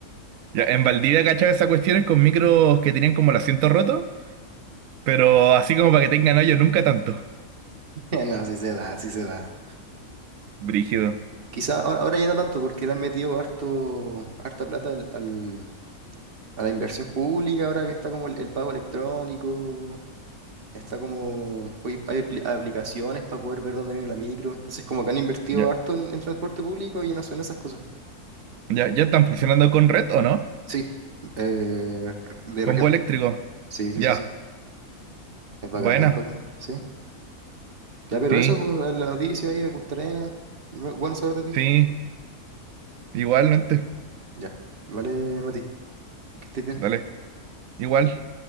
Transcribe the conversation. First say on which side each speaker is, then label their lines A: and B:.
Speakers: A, on the right (about 70°); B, on the right (about 40°).
A: ya, en Valdivia cachaba esas cuestiones con micros que tenían como el asiento roto, pero así como para que tengan hoyo, nunca tanto.
B: <laughs> No, así se da, así se da.
A: Brígido.
B: Quizá ahora, ahora ya no tanto, porque le han metido harto, harta plata al, al- a la inversión pública, ahora que está como el, el pago electrónico, está como, pues, hay apli- aplicaciones para poder ver dónde viene la micro, entonces como que han invertido
A: Ya,
B: harto en, en transporte público y ya no son esas cosas.
A: ya, ya están funcionando con red o no?
B: Sí, eh, de
A: Con
B: región.
A: bus eléctrico.
B: Sí,
A: Ya.
B: sí, sí, sí. Es bacán,
A: Buena,
B: es bacán. Sí. Ya, pero
A: sí,
B: eso, pues, la noticia ahí de Punta Arenas. Bu- Bueno saber de ti.
A: sí, igualmente,
B: Ya, vale, Mati, que estés bien.
A: dale, igual.